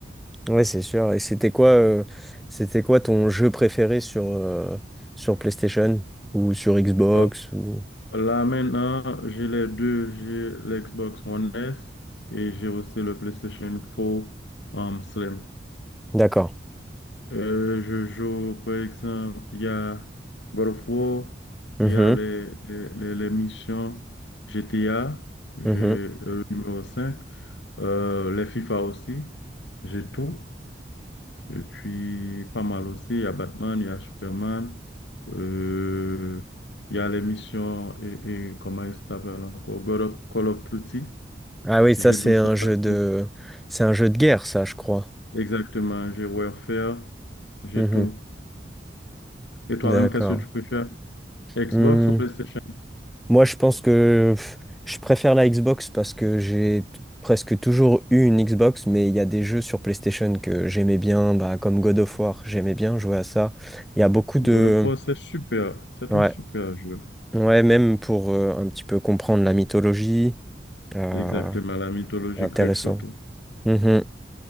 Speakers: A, in the centre; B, on the left.
A: Ouais, c'est sûr. Et c'était quoi, euh, c'était quoi ton jeu préféré sur, euh, sur PlayStation ou sur Xbox
B: Euh,
A: ou...
B: là, maintenant, j'ai les deux, j'ai l'Xbox One S et j'ai aussi le PlayStation 4 euh, Slim.
A: D'accord.
B: Euh, je joue, par exemple, il y a God of War,
A: Mhm.
B: il y a les, les, les- les missions GTA, j'ai
A: Mhm.
B: euh, le numéro 5 euh, les FIFA aussi, j'ai tout. Et puis, pas mal aussi, il y a Batman, il y a Superman, euh, il y a les missions, et, et comment il s'appelle encore, God of- Call of Duty,
A: Ah oui, ça
B: j'ai
A: c'est
B: tout ça.
A: un jeu de,
B: j'ai-
A: c'est un jeu de guerre, ça, je crois.
B: Exactement, j'ai Warfare, j'ai
A: Mhm.
B: tout. Et toi-même,
A: D'accord.
B: qu'est-ce que tu préfères? Xbox
A: Hmm.
B: ou PlayStation?
A: Moi, je pense que pff, je préfère la Xbox parce que j'ai t- presque toujours eu une Xbox, mais il y a des jeux sur PlayStation que j'aimais bien, bah, comme God of War, j'aimais bien jouer à ça. Il y a beaucoup de,
B: God of War, c'est super. C'est
A: ouais.
B: un super jeu.
A: Ouais, même pour euh, un petit peu comprendre la mythologie, euh,
B: Exactement, la mythologie
A: c'est intéressant.
B: grecque surtout.
A: Mhm.